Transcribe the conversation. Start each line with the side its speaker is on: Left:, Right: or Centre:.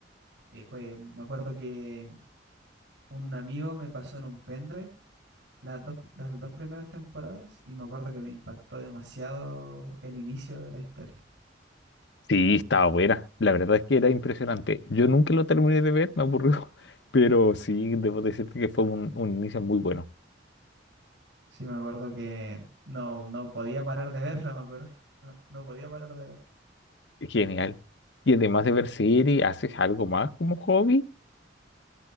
Right: eh, cue- me acuerdo que un amigo me pasó en un pendrive las dos, las dos primeras temporadas y me acuerdo que me impactó demasiado el inicio de la historia.
Left: Sí, estaba buena. La verdad es que era impresionante. Yo nunca lo terminé de ver, me aburrió. <laughs> Pero sí, debo decirte que fue un, un inicio muy bueno.
Right: Sí, me acuerdo que no, no podía parar de verla, <laughs> me acuerdo. No, no podía parar de verla.
Left: Genial. Y además de ver series, ¿haces algo más como hobby?